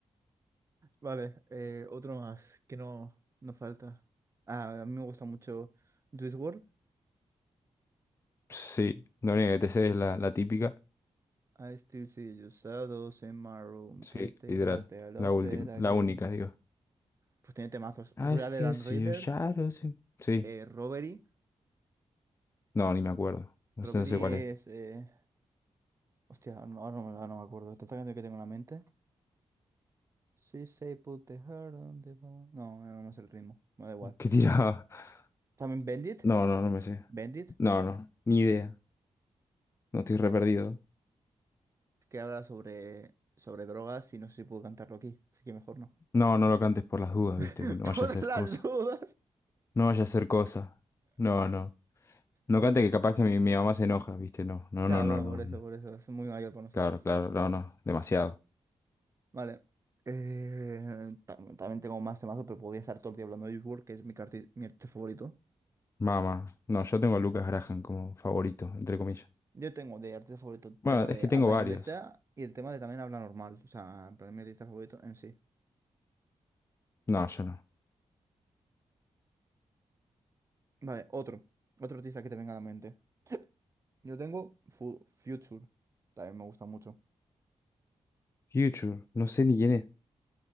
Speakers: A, on the right (about 30°); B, on the left (about 25°).
A: Vale, eh, otro más que no, no falta. Ah, a mí me gusta mucho Juice WRLD.
B: Sí, la única que te sé es la, la típica.
A: I still see you shadows in my room.
B: Sí,
A: Get the
B: literal.
A: back, they adopted,
B: La última,
A: I
B: la
A: gave
B: única,
A: you.
B: digo.
A: Pues tiene temazos.
B: I
A: Real
B: still
A: and
B: see
A: Raider,
B: your shadows in- Sí.
A: eh, Robbery.
B: No, ni me acuerdo. No
A: Robbery
B: sé, no sé cuál es.
A: es. eh, Hostia, no, ahora no, me ahora no me acuerdo. Tanta canción que tengo en la mente. Sí, say put the heart on the bone. No, no me sé el ritmo. Me da igual.
B: ¿Qué tiraba? <laughs>
A: También Bendit.
B: No, no, no me sé.
A: Bendit,
B: No, no, ni idea. No estoy re perdido.
A: que habla sobre, sobre drogas y no sé si puedo cantarlo aquí. Así que mejor no.
B: No, no lo cantes por las dudas,
A: <laughs>
B: viste, que no vaya
A: Por
B: a ser
A: las
B: cosa.
A: dudas.
B: No vaya a ser cosa. No, no. No
A: Vale.
B: cante que capaz que mi, mi mamá se enoja, ¿viste? No, no,
A: Claro,
B: no, no,
A: claro,
B: no.
A: por eso,
B: no.
A: por eso. Es muy mayor para nosotros.
B: Claro, claro, no, no. Demasiado.
A: Vale. Eh, tam- también tengo más temazos, pero podría estar todo el día hablando de Juice WRLD, que es mi, arti- mi artista favorito.
B: Mamá. No, yo tengo a Lucas Graham como favorito, entre comillas.
A: Yo tengo de artista favorito el tema
B: Bueno, es
A: de
B: que tengo
A: habla
B: varios.
A: inglesa y el tema de también habla normal. O sea, en plan, mi artista favorito en sí.
B: No, yo no.
A: Vale, otro. Otro artista que te venga a la mente. <sniffs> Yo tengo Fu- Future. También me gusta mucho.
B: Future, no sé ni quién es.